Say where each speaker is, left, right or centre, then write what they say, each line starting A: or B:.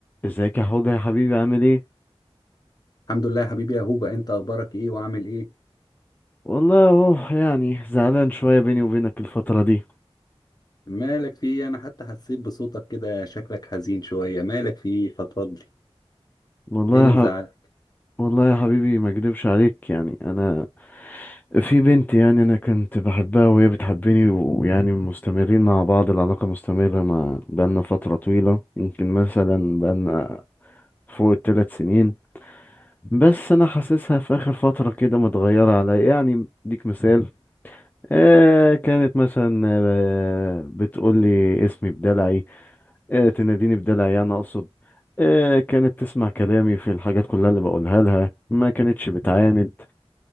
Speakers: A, on the left (about 15°); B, on the left (about 40°).
A: ازيك يا حوض يا حبيبي عامل ايه
B: الحمد لله يا حبيبي يا هوبا انت اخبارك ايه وعامل ايه
A: والله اهو يعني زعلان شويه بيني وبينك الفتره دي
B: مالك في ايه؟ انا حتى حسيت بصوتك كده شكلك حزين شويه مالك في ايه فضفضلي
A: والله
B: ايه اللي
A: يا ح...
B: مزعلك
A: والله يا حبيبي ما اكدبش عليك يعني انا في بنت يعني انا كنت بحبها وهي بتحبني ويعني مستمرين مع بعض العلاقه مستمره مع بقالنا فتره طويله يمكن مثلا بقالنا فوق الثلاث سنين بس انا حاسسها في اخر فتره كده متغيره عليا يعني اديك مثال آه كانت مثلا آه بتقول لي اسمي بدلعي آه، تناديني بدلع يعني اقصد آه، كانت تسمع كلامي في الحاجات كلها اللي بقولها لها ما كانتش بتعاند